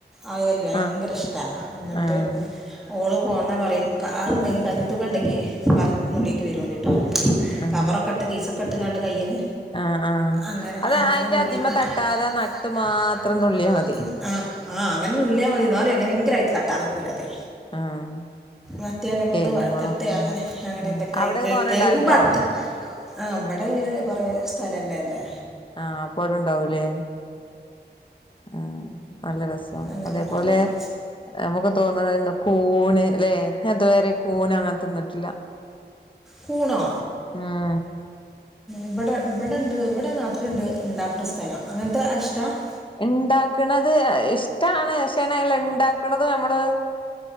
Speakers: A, in the centre; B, on the left.
A: അല്ല ഭയങ്കര
B: ആഹ്
A: ഇഷ്ടാ എന്നിട്ട്
B: ആഹ്
A: ഓള് പോ എന്നാ പറയും കാ അണ്ടെങ്കിൽ കഞ്ഞിത്തൂക ണ്ടെങ്കി <unintelligible>
B: ആഹ്
A: കാവറൊക്കെയിട്ട് കീസ കെട്ടുകാണ്ട കയ്യിന്
B: ആഹ് ആഹ്
A: അങ്ങനെ
B: അത്
A: അങ്ങനെ
B: അയിന്റെ
A: നുള്ളെയെടുത്തു
B: അതിമെ
A: അതിന്റെ
B: തട്ടാതെ
A: അതിമ്മേ
B: ആ നട്ട്
A: തട്ടാതെ
B: മാത്രം
A: നട്ട്
B: തുള്ളിയാ
A: മാത്രം
B: മതി
A: ആ അങ്ങനെ നുള്ളിയാ മതി എന്നാലും എങ്ങനെ എങ്കിലും തട്ടാതെക്കലതെ
B: ആഹ്
A: മറ്റേ
B: കേക്കുമ്പോളൊക്കെ
A: ഒന്ന് തട്ടിയ അങ്ങനെ അങ്ങനെ
B: ഉം
A: എന്തൊ
B: അവിടെക്കെ തോനെ
A: കേക്കുമ്പോ
B: ഇണ്ടാവലുണ്ടോ
A: അത്ര ആ അവിടെ പറ സ്ഥലല്ലേ അല്ലേ
B: ആ അപ്പ ടൗലെ ആ നല്ല രസം
A: അങ്ങനെ
B: അതേപോലെ
A: ഉണ്ടാവലുണ്ട്
B: നമുക്ക് തോന്നണ കൂണ് അല്ലെ അതുവരെ കൂണ് അങ്ങനെ തിന്നിട്ടില്ല
A: കൂണോ
B: ഉം ആ
A: ഇവിടെ ഇവിടെണ്ട് ഇവിടെ രാത്രി ഇണ്ട് ഇണ്ടാക്കുന്ന സ്ഥലം അങ്ങനത്തെ ഇഷ്ടാ
B: ഇണ്ടാക്കണത് ഇഷ്ടാണ് പക്ഷേന അല്ല ഇണ്ടാക്കണത് നമ്മള്